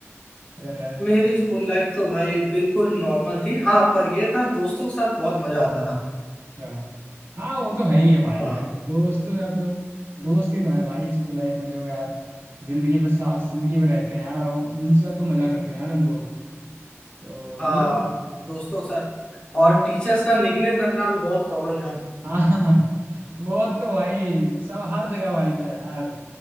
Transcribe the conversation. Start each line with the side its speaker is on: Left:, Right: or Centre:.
Right: अगर है
Left: मेरी
Right: तो
Left: स्कूल लाइफ तो भाई बिल्कुल नॉर्मल थी हाँ पर ये था दोस्तों के साथ बहुत मजा आता था
Right: अच्छा हाँ वो तो है ही है भाई
Left: हाँ
Right: यार दोस्तों के साथ तो दोस्त ही तो है भाई स्कूल लाइफ में जो यार जिंदगी पर साथ जिंदगी में रहते हैं यार और उन्हीं के साथ तो मजा करते हैं यार हम लोग तो
Left: हाँ
Right: मतलब
Left: दोस्तों के साथ
Right: मैं
Left: और टीचर्स का निकनेम रखना भी बहुत कॉमन था
Right: हाँ <laughs> वो तो भाई सब हर जगह भाई था यार